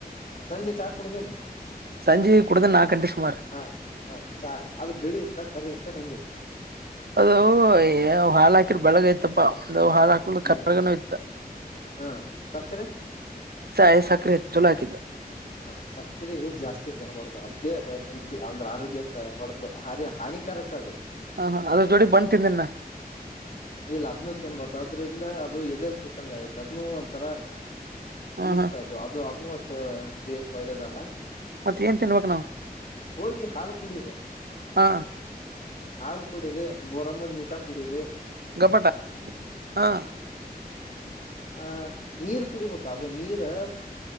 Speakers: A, on the left; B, on the right.
A: ಸಂಜೆ ಚಾ ಕುಡುದಿಲ್ಲ
B: ಸಂಜೆ ಕುಡ್ದ ನಾಲ್ಕು ಗಂಟೆ ಸುಮಾರು
A: ಹಾ ಹಾ ಚಾ ಅದು ಬೆಳಿಯುತ್ತೆ ತ್ತ ಕರಿ ಇತ್ತ ಹೆಂಗಿತ್ತ
B: ಅದು ಹಾಲ್ ಹಾಕಿರ್ ಬೆಳಗ್ಯತಪ್ಪಾ ಹಾಳ ಹಾಕ
A: ಹ್ಮ್
B: ಕಗ ಇಯತ್ತ
A: ಹಾ ಸಕ್ಕರೆ
B: ಸಾಯ ಸಕ್ರೆಯಿತ್ತು ಚಲೋ ಆಗಿತ್ತು
A: ಹ ಸಕ್ರಿ ಜಾಸ್ತಿ ತಿನ್ನಬಾರದು ಅದೇ ವೈ ಹೆಲ್ತಿ ಅಂದ್ರೆ ಆರೋಗ್ಯಕ್ಕೆ ಹೊಡ್ತು ಹಾರಿ ಹಾನಿ ಕೆರಕದು
B: ಹ ಹ ಅದ್ರ ಜೋಡಿ ಬಂದ್ತಿಂದನ್ನ
A: ಇಲ್ಲ ಅದ್ನ್ನು ತಿನ್ಬರ್ತ ಅದ್ರಿಂದ ಅದು ಎದೆಲ್ ಕುೂತಂಗ ಆಗುತ್ತೆ ಅದ್ನ್ನು ಒಂಥರಾ
B: ಹ್ಮ್
A: ಇಷ್ಟ
B: ಹ್ಮ್
A: ಅದು ಅದು ಅದನೂ ದ ದೇಹಕ್ಕ ಒಳ್ಳೇದಲ್ಲ
B: ಮತ್ ಏನ್ ತಿನ್ಬೇಕ್ ನಾವ್
A: ಹೋಗಿ ಹಾಲು ಕುಡೀರೆ
B: ಹಾ
A: ಹಾಲ್ ಕುಡೀರಿ ಬೋರಮ್ಮನ್ ಮೀಟಾ ಕುಡೀರಿ
B: ಗಪಟ ಹಾ
A: ಅಹ ನೀರ್ ಕುಡಿಬೇಕು ಅದು ನೀರ್